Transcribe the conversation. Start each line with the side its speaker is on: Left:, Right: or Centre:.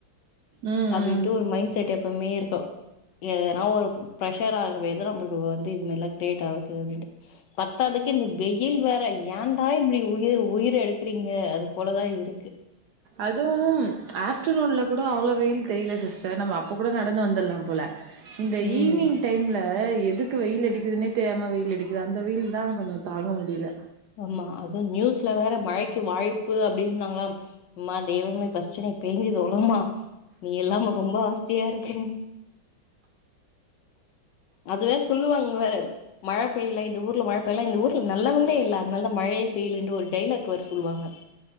Right: ம்
Left: அப்டின்ட்டு
Right: ம்
Left: ஒரு மைண்ட் செட் எப்பவுமே இருக்கு எதனா ஒரு பிரெஷர் ஆகவேதா நம்மள்க்கு வந்து இது மாரில்லா கிரேட் ஆவுதூ அப்டின்ட்டு பத்தாதுக் கு இந்த வெயில் வேற ஏண்டா இப்டி உயிர் உயிர எடுக்றிங்க அதுப்போலதா இருக்கு
Right: அதுவூம் ஆஃப்டர்நூன்ல கூட அவ்ளோ வெயில் தெரியல சிஸ்டர் நம்ம அப்ப கூட நடந்து வந்துர்லாம் போல இந்த
Left: ம்.
Right: ஈவினிங் டைம்ல எதுக்கு வெயில் அடிக்குதுனே தெரியாம வெயில் அடிக்குது அந்த வெயில்தா கொஞ்சோ தாங்க முடில
Left: ஆமா அதுவு நியூஸ்ல வேற மழைக்கு வாய்ப்பு அப்டின்னாங்ளாம் அம்மா தெய்வமே ஃபர்ஸ்ட்டு நீ பேஞ்சி தொலமா நீ இல்லாம ரொம் ப அவஸ்தையா இருக்கு அதுவே சொல்லுவாங்க வேற மழப்பெய்ல இந்த ஊர்ல மழ பெய்லனா இந்த ஊர்ல நல்லவங்ளே இல்ல அதனாலதா மழையே பெய்யலன்டு ஒரு டைலாக் வேற சொல்லுவாங்க